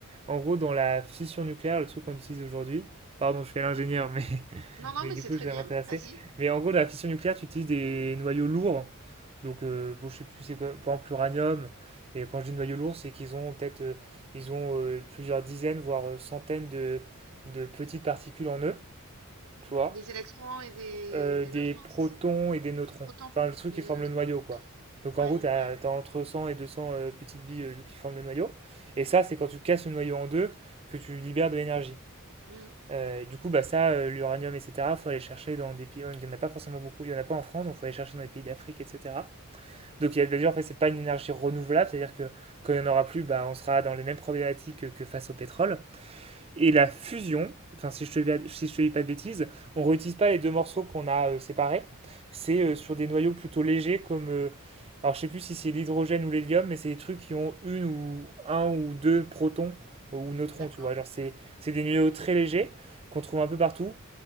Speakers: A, on the right; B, on the right.
A: En gros, dans la fission nucléaire, le truc qu'on utilise aujourd'hui, pardon, je fais l'ingénieur, mais, <laughs>
B: Non, non,
A: mais
B: mais
A: du
B: c'est
A: coup,
B: très
A: je vais
B: bien,
A: m'intéresser.
B: vas-y.
A: Mais en gros, dans la fission nucléaire, tu utilises des noyaux lourds. Donc, euh, bon, je sais plus c'est quoi, par exemple, l'uranium. Et quand je dis noyaux lourds, c'est qu'ils ont peut-être euh, ils ont euh, plusieurs dizaines, voire euh, centaines de, de petites particules en eux, tu vois
B: Des électrons et des,
A: euh,
B: des
A: des
B: neutrons,
A: protons
B: c'est ça?
A: et des neutrons.
B: Des protons
A: Enfin, le truc
B: et
A: qui
B: des
A: forme
B: neutrons?
A: le noyau, quoi. Donc
B: Ouais,
A: en gros, tu as,
B: ouais.
A: entre 100 et 200 euh, petites billes euh, qui forment le noyau. Et ça, c'est quand tu casses le noyau en deux que tu libères de l'énergie.
B: Mhm,
A: Euh, et du coup, bah, ça, euh, l'uranium, etc., il faut aller chercher dans des pays. Il n'y en a pas forcément beaucoup, il n'y en a pas en France, donc il faut aller chercher dans les pays d'Afrique, etc. Donc il y a bah, déjà, en fait, c'est pas une énergie renouvelable, c'est-à-dire que quand il n'y en aura plus, bah, on sera dans les mêmes problématiques que, que face au pétrole et la fusion, enfin si je ne te, si te dis pas de bêtises, on ne réutilise pas les deux morceaux qu'on a euh, séparés. C'est
B: mhm.
A: euh, sur des noyaux plutôt légers comme euh, alors je ne sais plus si c'est l'hydrogène ou l'hélium, mais c'est des trucs qui ont une ou un ou deux protons ou neutrons,
B: D'accord,
A: tu vois. Genre c'est c'est des noyaux très légers qu'on trouve un peu partout